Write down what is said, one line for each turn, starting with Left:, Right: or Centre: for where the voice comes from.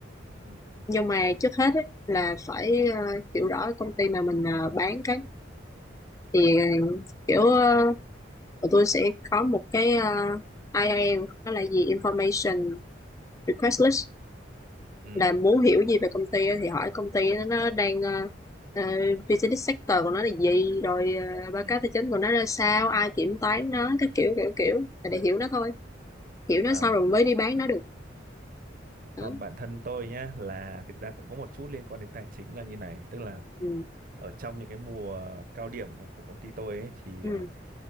Right: ừ ừ
Left: nhưng mà trước hết ấy, là phải ờ, hiểu rõ công ty mà mình ờ, bán cái thì ờ, kiểu ờ, Tụi tôi sẽ có một cái uh, IIL đó là gì Information Request List
Right: ừ.
Left: là muốn hiểu gì về công ty thì hỏi công ty nó đang ờ, ờ, business sector của nó là gì rồi ờ, báo
Right: ừ.
Left: cáo tài chính của nó ra sao ai kiểm toán nó cái kiểu kiểu kiểu là để hiểu nó thôi hiểu
Right: Ờ,
Left: nó xong rồi mới đi bán nó được
Right: còn
Left: đó
Right: bản thân tôi nhá là thực ra cũng có một chút liên quan đến tài chính là như này tức là
Left: ừ
Right: ở trong những cái mùa cao điểm ấy, của công ty tôi ấy, thì
Left: ừ